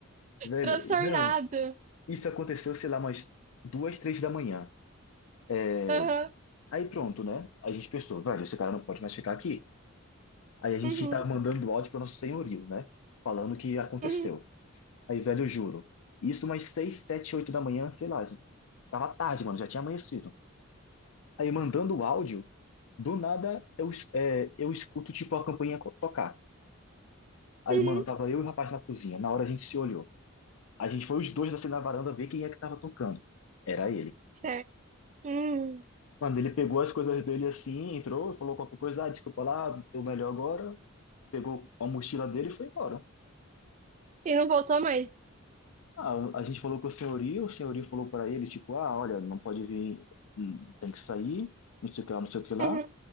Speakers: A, on the left; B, on the right.
A: Velho,
B: Transtornado.
A: não, isso aconteceu, sei lá, umas duas, três da manhã. É,
B: Aham.
A: Aí pronto, né? A gente pensou, velho, esse cara não pode mais ficar aqui. Aí a gente
B: Uhum.
A: tá mandando áudio para nosso senhorio, né? Falando o que aconteceu.
B: Uhum.
A: Aí, velho, eu juro. Isso umas seis, sete, oito da manhã, sei lá. Tava tarde, mano, já tinha amanhecido. Aí mandando o áudio, do nada eu, es- é, eu escuto tipo a campainha co- tocar. Aí,
B: Uhum.
A: mano, tava eu e o rapaz na cozinha. Na hora a gente se olhou. A gente foi os dois assim na varanda ver quem é que tava tocando. Era ele.
B: Certo. Hum.
A: Mano, ele pegou as coisas dele assim, entrou, falou qualquer coisa, ah, desculpa lá, tô melhor agora, pegou a mochila dele e foi embora.
B: E não voltou mais.
A: Ah, a gente falou com o senhorio, o senhorio falou para ele, tipo, ah, olha, não pode vir, hum, tem que sair, não sei o que lá, não sei o que lá.
B: Uhum.